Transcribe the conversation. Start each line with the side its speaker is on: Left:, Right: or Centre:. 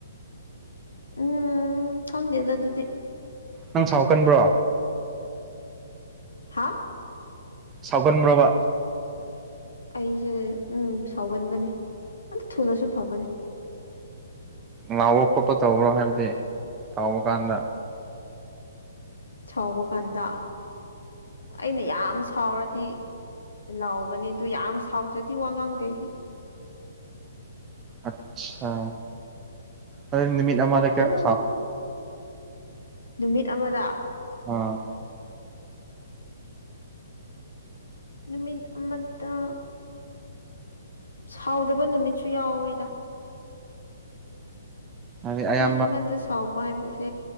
Left: ꯎꯝ ꯈꯪꯗꯦꯗ ꯑꯗꯨꯗꯤ꯫
Right: ꯅꯪ ꯁꯥꯎꯀꯟꯕ꯭ꯔꯣ꯫
Left: ꯍꯥ꯫
Right: ꯁꯥꯎꯒꯟꯕꯔ꯭ꯑꯣꯕꯥ꯫
Left: ꯑꯩꯁꯦ ꯎꯝ ꯁꯥꯎꯒꯟꯕꯅꯤ ꯑꯗꯨ ꯊꯨꯅꯁꯨ ꯐꯕꯅꯤ꯫
Right: ꯂꯥꯎꯕ ꯈꯣꯠꯄ ꯇꯧꯕ꯭ꯔꯣ ꯍꯥꯏꯕꯗꯤ ꯁꯥꯎꯕ ꯀꯥꯟꯗ꯫
Left: ꯁꯥꯎꯕ ꯀꯥꯟꯗ꯫ ꯑꯩꯅ ꯌꯥꯝ ꯁꯥꯎꯔꯗꯤ꯫ ꯗꯤ ꯂꯥꯎꯒꯅꯤ ꯑꯗꯨ ꯌꯥꯝ ꯁꯥꯎꯗ꯭ꯔꯗꯤ ꯋꯥ ꯉꯥꯡꯗꯦ ꯑꯩ꯫
Right: ꯑꯆꯥ ꯑꯗꯨ ꯅꯨꯃꯤꯠ꯫ ꯏ ꯃꯥꯗ
Left: ꯑꯗꯨꯝ
Right: ꯀꯌꯥ ꯁꯥ꯫
Left: ꯅꯨꯃꯤꯠ ꯑꯃꯗ꯫
Right: ꯑ꯫
Left: ꯅꯨꯃꯤꯠ ꯑꯃꯗ꯫ ꯁꯥꯎꯗꯕ ꯅꯨꯃꯤꯠꯁꯨ ꯌꯥꯎꯋꯦꯗ꯫
Right: ꯍꯥꯏꯗꯤ ꯑꯌꯥꯝꯕ
Left: ꯅꯨꯃꯤꯠ ꯑꯃꯗ ꯁꯥꯎ꯫ ꯍꯥꯏꯕꯁꯦ